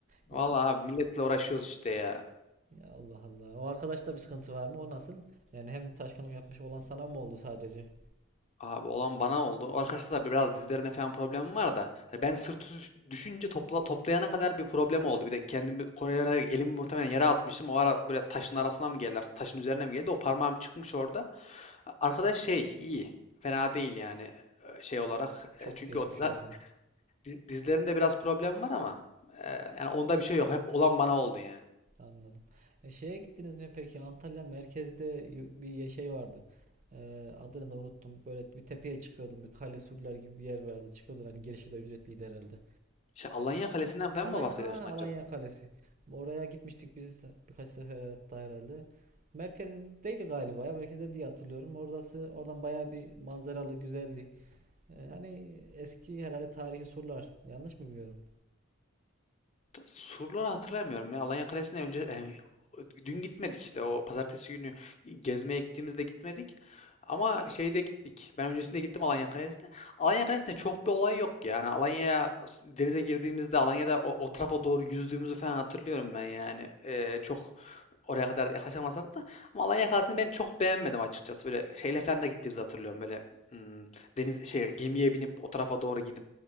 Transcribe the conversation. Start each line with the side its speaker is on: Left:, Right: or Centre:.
Left: vallahi
Right: Ya
Left: abi milletle uğraşıyoruz işte ya.
Right: ya Allah Allah. O arkadaşta bir sıkıntı var mı? O nasıl? Yani hem taşkınlık yapmış olan sana mı oldu sadece?
Left: Abi olan bana oldu. O Arkadaşlar da biraz dizlerinde falan problemim var da. Hani ben sırtı düş- düşünce topla, toplayana kadar bir problem oldu. Bir de kendimi Korelere elimi muhtemelen yere atmıştım. O ara böyle taşın arasına mı geldiler? Taşın üzerine mi geldi? O parmağım çıkmış orada. A- Arkadaş şey iyi. Fena değil yani e, şey olarak.
Right: Çok
Left: E, Çünkü
Right: geçmiş
Left: o diz-
Right: ya.
Left: diz- dizlerinde biraz problem var ama e, yani onda bir şey yok. Hep olan bana oldu yani.
Right: Anladım. E, şeye gittiniz mi peki? Antalya merkezde y- bir şey vardı. E, adını da unuttum. Böyle bir tepeye çıkıyordum. Bir kale surlar gibi bir yer vardı. Çıkıyordun hani girişi de ücretliydi herhalde.
Left: Şey, Alanya Kalesi'nden falan
Right: Alanya,
Left: mı bahsediyorsun
Right: ha, Alanya
Left: acaba?
Right: Kalesi. Oraya gitmiştik biz birkaç sefer hatta herhalde. Merkezdeydi galiba ya. Merkezde diye hatırlıyorum. Orası oradan bayağı bir manzaralı güzeldi. Ee, hani eski herhalde tarihi surlar. Yanlış mı biliyorum?
Left: Surları hatırlamıyorum ya. Alanya Kalesi'ne önce yani, dün gitmedik işte o pazartesi günü gezmeye gittiğimizde gitmedik. Ama şeyde gittik. Ben öncesinde gittim Alanya Kalesi'ne. Alanya Kalesi'nde çok bir olay yok yani. Alanya'ya denize girdiğimizde Alanya'da o, o tarafa doğru yüzdüğümüzü falan hatırlıyorum ben yani. Ee, çok oraya kadar yaklaşamasak da ama Alanya Kalesi'ni ben çok beğenmedim açıkçası. Böyle şeyle falan da gittiğimizi hatırlıyorum. Böyle hmm, deniz şey gemiye binip o tarafa doğru gidip